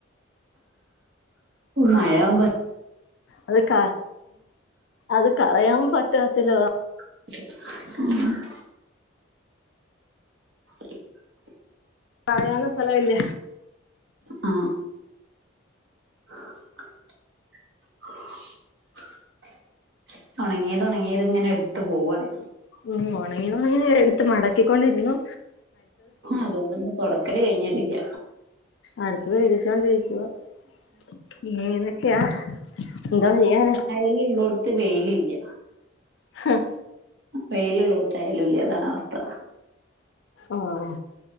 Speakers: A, on the right; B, on the left.
A: മയാവുമ്പോ
B: അത് കാ അത് കളയാൻ പറ്റാത്തില
A: <inaudible> <inaudible>
B: പറയാനും സ്ഥലവില്ല
A: ആ <inaudible> ഒണങ്ങിയത് ഒണങ്ങിയതിങ്ങനെ എടുത്ത് പോവാണ്
B: ഉം ഒണങ്ങിങ്ങത് ഒണങ്ങിയതെടുത്ത് മടക്കിക്കൊണ്ടിര്ന്നു
A: അതോണ്ട്പ്പോ തൊടക്കല് കയ്ഞ്ഞ്ട്ടില്ല
B: അടുത്തത് വിളിച്ചോണ്ടിരിക്കുവ <unintelligible> എന്തോ ചെയ്യാനാ
A: ന്ന് മ്മളോട്ത്ത് വെയ്ലില്ല
B: ആഹ്
A: വെയിലുള്ളോട്ത്തായാലും ഇല്ലതാണവസ്ഥ
B: ആഹ്